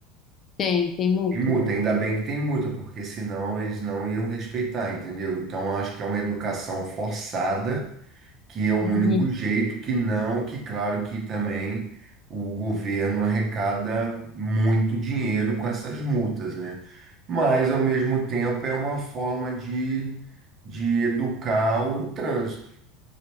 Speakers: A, on the left (about 40°); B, on the right (about 40°).
A: Tem, tem multa.
B: Tem multa, ainda bem que tem multa, porque senão eles não iam respeitar, entendeu? Então, eu acho que é uma educação forçada que é o
A: Uhum,
B: único jeito que não, que claro que também o governo arrecada muito dinheiro com essas multas, né? Mas ao mesmo tempo é uma forma de, de educar o trânsito.